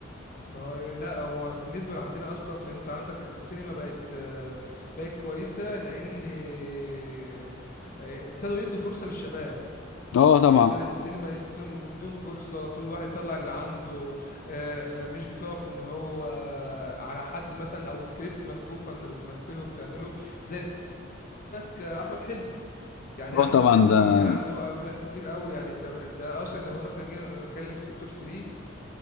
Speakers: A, on the left (about 45°); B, on the left (about 85°).
A: ما هو لا هو بالنسبه لعندنا اصلا فانت عندك السينما بقت آه، بقت كويسه لان آه، آه، ابتدوا يدوا فرصه للشباب
B: اه طبعا
A: آه، ابتدت السينما يدوم يدوم فرصه كل واحد يطلع اللي عنده آه، مش بتقف ان هو على حد مثلا او سكريبت مكتوب فانت بتمثله وبتعمله زي عندك، آه، احمد حلمي يعني
B: اه
A: إيه احمد
B: طبعا
A: حلمي
B: ده
A: عنده افلام كتير قوي يعني ده, ده اصلا لو مثلا جينا نتكلم في التوب 3